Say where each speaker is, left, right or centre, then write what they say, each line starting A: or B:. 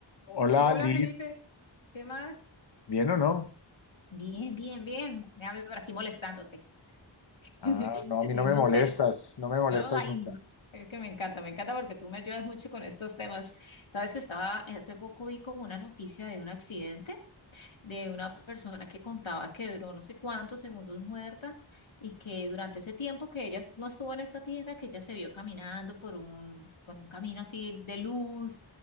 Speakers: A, on the left; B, on the left.
A: Hola,
B: Hola
A: Liz,
B: Felipe, ¿qué más?
A: ¿bien o no?
B: Bien, bien, bien. Déjame por aquí molestándote.
A: Ah,
B: <laughs>
A: no, a mí
B: Tengo
A: no me molestas,
B: un te-
A: no me molestas
B: No, ay,
A: nunca.
B: es que me encanta, me encanta porque tú me ayudas mucho con estos temas. Sabes que estaba, hace poco vi como una noticia de un accidente. de una persona que contaba que duró no sé cuántos segundos muerta y que durante ese tiempo que ella no estuvo en esta tierra, que ella se vio caminando por un, por un camino así de luz.